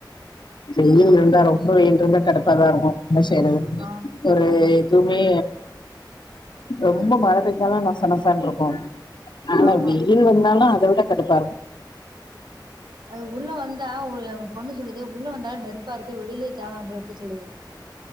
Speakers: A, on the left (about 70°); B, on the right (about 65°).
A: வெயில் இருந்தா ரொம்ப வெயில் இருந்தா கடுப்பாதா இருக்கு என்ன செய்யறது
B: ஆ
A: ஒரு
B: ஆமா
A: எதுமே ரொம்ப மழ பெஞ்சாலு நச நசன்ருக்கு ஆனா
B: ஆமா
A: வெயில் வந்தாலு அத விட கடுப்பா இருக்
B: அது உள்ள வந்தா ஒ என் பொண்ணு சொல்லுது உள்ள வந்தால நெருப் பா இருக்கு வெளியிலேயே தேவலாம் போல இருக்கு சொல்லுது